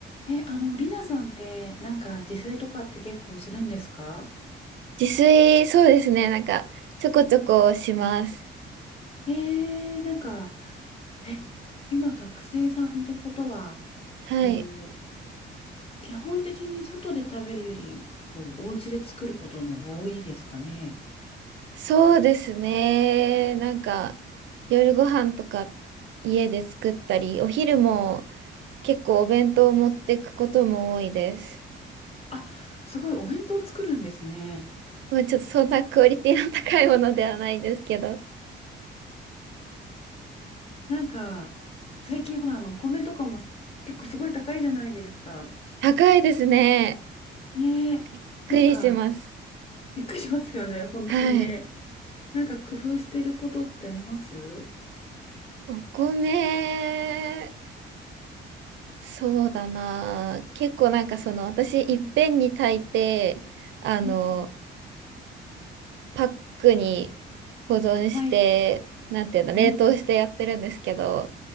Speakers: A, on the left; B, on the right.
A: え、あの、りなさんって、なんか自炊とかって結構するんですか
B: 自炊、そうですね。なんか、ちょこちょこします。
A: えー、なんか、え、今学生さんってことは、
B: はい。
A: こう、基本的に外で食べるより、こう、お家で作ることの方が多いですかね。
B: そうですね。なんか、夜ご飯とか家で作ったり、お昼も結構お弁当を持ってくことも多いです。
A: あ、すごいお弁当作るんですね。
B: まあちょっとそんなクオリティの高いものではないんですけど。
A: なんか、最近ほら、あの、お米とかも結構すごい高いじゃないですか。
B: 高いですね。
A: ねえ、
B: びっくりします。
A: なんか、びっくりしますよね、本当にね。
B: はい。
A: なんか工夫してることってあります
B: お米、そうだな。結構なんかその、私、いっぺんに炊いて、
A: う
B: あの、
A: ん
B: パックに保存して、
A: はい。
B: なんていうの、
A: うん。
B: 冷凍してやってるんですけど、